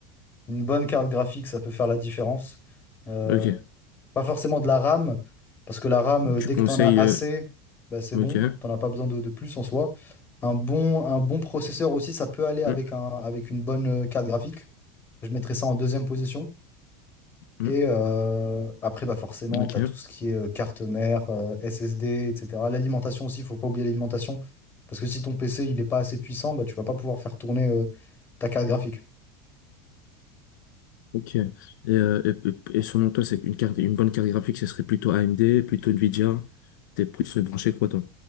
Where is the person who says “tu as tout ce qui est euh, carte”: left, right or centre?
Left